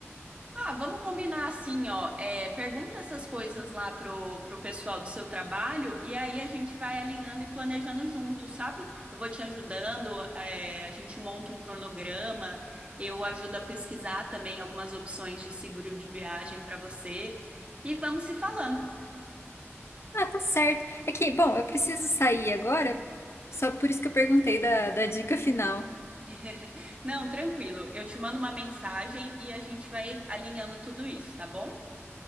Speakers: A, on the right; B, on the left.
A: Ah, vamos combinar assim, ó. é, pergunta essas coisas lá pro, pro pessoal do seu trabalho e aí a gente vai alinhando e planejando junto, sabe? Eu vou te ajudando, é, a gente monta um cronograma, eu ajudo a pesquisar também algumas opções de seguro de viagem para você e vamos se falando.
B: Ah, tá certo. É que, bom, eu preciso sair agora, só por isso que eu perguntei da, da dica final.
A: <laughs> Não, tranquilo. Eu te mando uma mensagem e a gente vai alinhando tudo isso, tá bom?